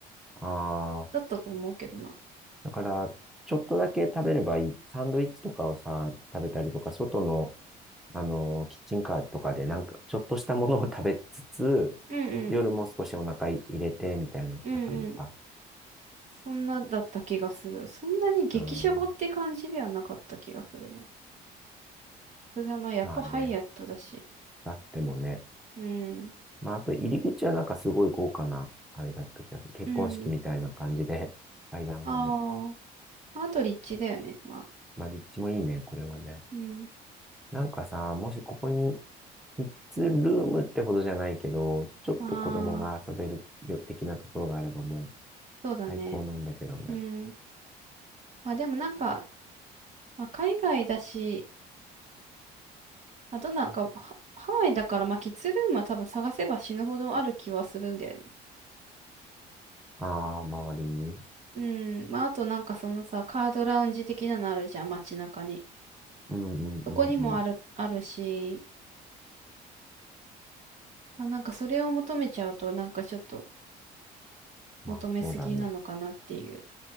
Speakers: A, in the centre; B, on the right (about 45°).
A: ああ、
B: だったと思うけどな。
A: だから、ちょっとだけ食べればいい。サンドイッチとかをさ、食べたりとか、外の、あのーキッチンカーとかで、なんか、ちょっとしたものを食べつつ、
B: うんうん。
A: 夜も少しお腹い入れて、みたいなパターンか。
B: うんうんそんなだった気がする。そんなに激シャボって感じではなかった気がするな。
A: うん、
B: それがまあやっぱハイアットだし。
A: まあね、だってもね。
B: うん。
A: まあ、あと、入り口はなんかすごい豪華な、あれだった気がする。結婚式みたいな感じで、
B: うん。
A: 階段がね。
B: ああ。まああと立地だよね。まあ。
A: まあ、立地もいいね、これはね。
B: うん。
A: なんかさ、もしここに、キッズルームってほどじゃないけど、ちょっと子供が遊べるよ的なところがあればもう
B: ああ。そうだね。
A: 最高なんだけどね。
B: うん。まあでもなんか、まあ海外だし、あとなんかハ、ハワイだからまあキッズルームは多分探せば死ぬほどある気はするんだよね。
A: ああ、周りに。
B: うん。まああとなんかそのさ、カードラウンジ的なのあるじゃん、街中に。
A: うんうんうんうん。
B: そこにもある、あるし、まあ、なんかそれを求めちゃうと、なんかちょっと
A: まあ、
B: 求めすぎなのかなっていう。
A: そうだね。
B: <laughs>